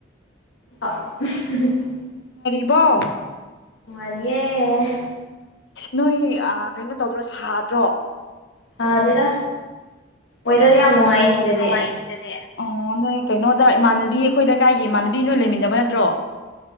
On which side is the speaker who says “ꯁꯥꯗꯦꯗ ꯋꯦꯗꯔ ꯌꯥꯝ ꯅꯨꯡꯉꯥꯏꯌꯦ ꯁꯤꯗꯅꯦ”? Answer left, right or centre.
Left